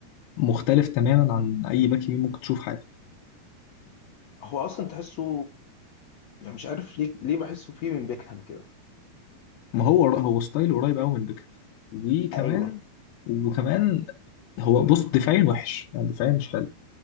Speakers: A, on the left; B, on the left.
A: مختلف تماما عن اي باك يمين ممكن تشوف في حياتك
B: هو اصلا تحسه يعني مش عارف ليه ليه بحسه فيه من بيكهام كده
A: ما هو هو ستايله قريب قوي من بيكهام وكمان
B: ايوه
A: وكمان هو بص دفاعيا وحش يعني دفاعيا مش حلو